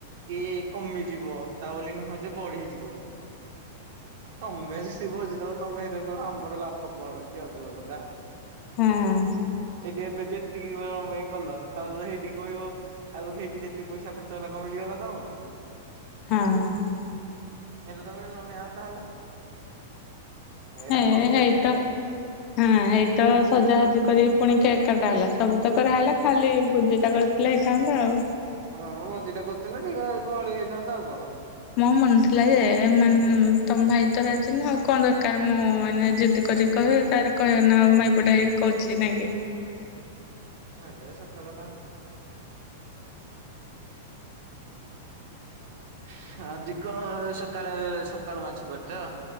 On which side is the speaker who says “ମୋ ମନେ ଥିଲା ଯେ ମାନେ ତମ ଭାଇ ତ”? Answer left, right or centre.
Left